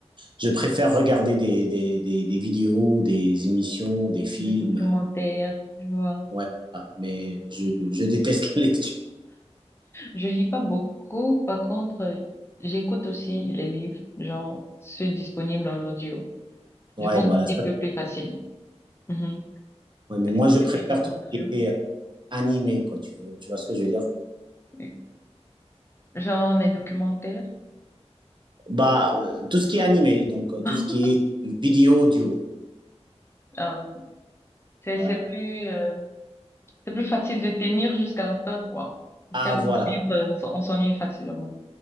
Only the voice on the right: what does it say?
je préfère regarder des, des, des, des vidéos, des émissions, des films.
euh,
Ouais, voilà. mais je, je déteste <laughs> la lecture.
Ouais,
voilà.
ça,
ouais, mais moi,
je préfère
tout
ce qui est euh, animé, quoi. Tu veux, tu vois ce que je veux dire?
Bah, euh, tout ce qui est animé, donc euh, tout
ce qui est vidéo, audio.
Voilà.
Ah,
voilà.